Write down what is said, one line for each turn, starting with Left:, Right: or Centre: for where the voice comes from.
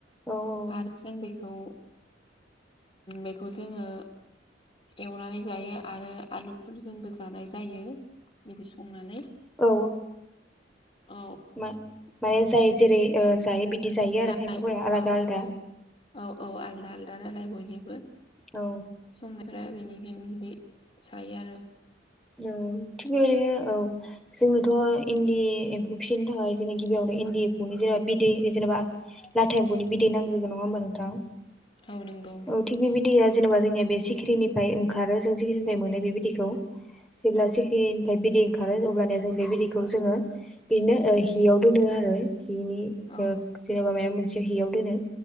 Centre: औ औ
Left: आरो जों बेखौ बेखौ जोङो एवनानै जायो आरो आलुफोरजोंबो जानाय जायो बिदि संनानै
Centre: औ
Left: औ
Centre: <unintelligible> जेरै जायो बिदि जायो आरो
Left: जाय
Centre: खायफाफोरा आलादा
Left: औ
Centre: आलादा
Left: औ औ औ आलदा आलदा नालाय बयनिबो
Centre: औ
Left: संनायफोरा बेनिखायनो बिदि जायो आरो
Centre: औ थिग बेबायदिनो औ जोंनोथ' इन्दि एम्फौ फिसिनो थाखाय गिबियावनो इन्दि एमफौनि जेनेबा बिदै जेनेबा लाथा एम्फौनि बिदै नांग्रोगोन नङा होमबा नोंथां
Left: औ नंगौ
Centre: औ थिग बे बिदैया जेनेबा जोंनिया बे सिखिरिनिफ्राय ओंखारो जों सिखिरिनिफ्राय मोनो बे बिदैखौ जेब्ला
Left: औ
Centre: सिखिरिनिफ्राय बिदै ओंखारो अब्लानिया जों बे बिदैखौ जोङो बिदिनो हियाव दोनो आरो हिनि
Left: औ
Centre: जेनेबा माबा मोनसे हियाव दोनो